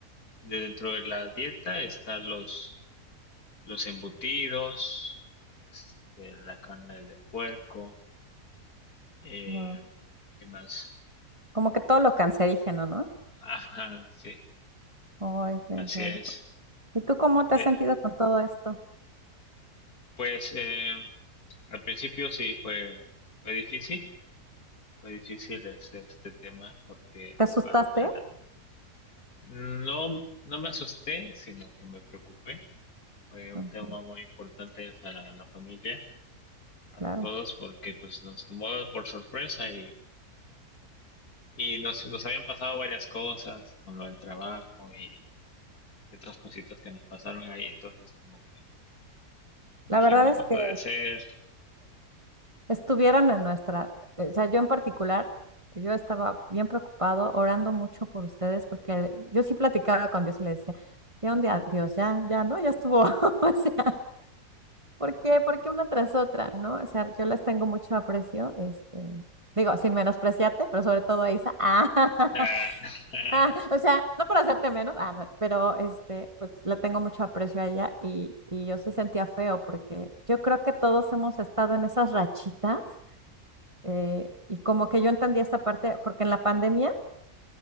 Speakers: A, on the left; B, on the right.
A: de dentro de la dieta están los, los embutidos, este, la carne de puerco, eh,
B: Guau.
A: ¿qué más?
B: Como que todo lo cancerígeno, ¿no?
A: Ajá, sí,
B: Ay, qué
A: así
B: rollo.
A: es.
B: ¿Y tú cómo te
A: Y,
B: has
A: eh,
B: sentido con todo esto?
A: Pues eh, al principio sí fue, fue difícil, fue difícil este, este tema porque
B: ¿Te asustaste?
A: al- al- No, no me asusté, sino que me preocupé. Fue un
B: Ok,
A: tema muy importante para la familia,
B: claro.
A: para todos, porque pues nos tomó por sorpresa y, y nos, nos habían pasado varias cosas con lo del trabajo y, y otras cositas que nos pasaron ahí. Entonces como que dijimos,
B: La verdad es
A: no
B: que
A: puede ser.
B: estuvieron en nuestra, eh, o sea, yo en particular, yo estaba bien preocupado, orando mucho por ustedes, porque el- yo sí platicaba con Dios y le decía, ¿de dónde a Dios? Ya, ya, ¿no? Ya estuvo. <laughs> O sea, ¿por qué? ¿Por qué una tras otra, no? O sea, yo les tengo mucho aprecio, este, digo, sin menospreciarte, pero sobre todo a Isa. <laughs>
A: Ah, <laughs>
B: Ah, o sea, no por hacerte menos, ah, no, pero este, pues le tengo mucho aprecio a ella y, y yo sí sentía feo porque yo creo que todos hemos estado en esas rachitas eh, y como que yo entendí esta parte, porque en la pandemia,